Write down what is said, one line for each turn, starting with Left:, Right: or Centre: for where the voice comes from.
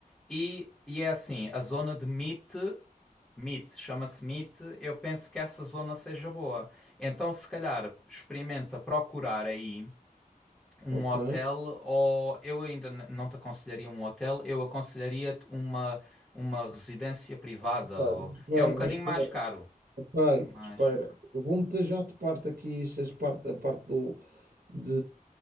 Centre: E, e é assim, a zona de Meet, Meet, chama-se Meet, eu penso que essa zona seja boa. Então, se calhar, experimenta procurar aí um
Right: Ok.
Centre: hotel, ou eu ainda n- não te aconselharia um hotel, eu aconselharia-te uma, uma residência privada.
Right: Ok,
Centre: Ou,
Right: mas espera,
Centre: é um bocadinho
Right: mas espera,
Centre: mais caro,
Right: ok,
Centre: mas
Right: espera. Eu vou-me já de parte aqui, essas parte, a parte do, de,